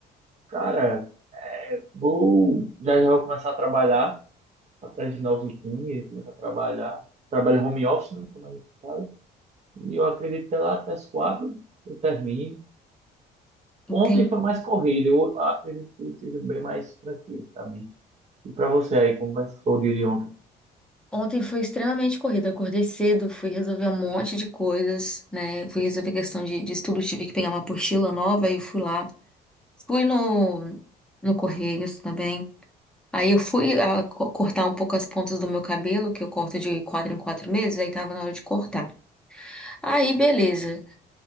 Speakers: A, on the right; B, in the centre.
A: Cara, vou já já vou começar a trabalhar atrás de novos times, começar a trabalhar. Trabalho home office, né? Trabalho em casa. E eu acredito que é lá até as quatro eu termine.
B: Entendi.
A: Ontem foi mais corrido. Eu acredito que hoje seja bem mais tranquilo para mim. E para você aí, como vai ser o dia de ontem?
B: Ontem foi extremamente corrida. Eu Acordei cedo, fui resolver um monte de coisas, né? Fui resolver questão de, de estudo, tive que pegar uma apostila nova e fui lá. Fui no, no Correios também. Aí eu fui ah, co- cortar um pouco as pontas do meu cabelo, que eu corto de quatro em quatro meses, aí tava na hora de cortar. Aí, beleza.